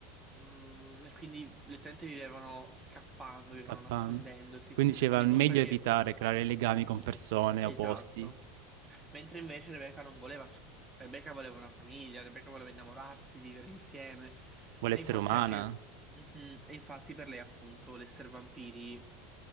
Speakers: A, in the centre; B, on the right.
A: mm, e quindi letteralmente vivevano scappando,
B: scappando.
A: vivevano nascondendosi.
B: Quindi diceva
A: Ogni
B: meglio
A: volta che
B: evitare creare legami con persone
A: Esatto.
B: opposti.
A: Mentre invece Rebecca non voleva ciò. Rebecca voleva una famiglia, Rebecca voleva innamorarsi, vivere insieme.
B: Vuole
A: E
B: essere
A: infatti
B: umana,
A: anche... Mhm. E infatti per lei appunto l'essere vampiri,